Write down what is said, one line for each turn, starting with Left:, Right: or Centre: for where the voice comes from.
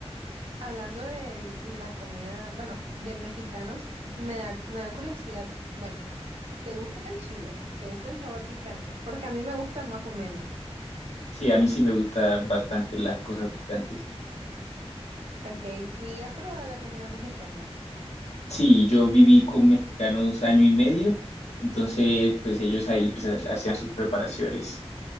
Right: Hablando de la comida, bueno, de mexicanos, me da, me da curiosidad. Bueno, ¿te gusta el chile? ¿Te gusta el sabor picante? Porque a mí me gusta más o menos.
Left: Sí, a mí sí me gustan bastante las cosas picantes.
Right: Ok, ¿y has probado la comida mexicana?
Left: Sí, yo viví con mexicanos año y medio, entonces pues ellos ahí pues ha- hacían sus preparaciones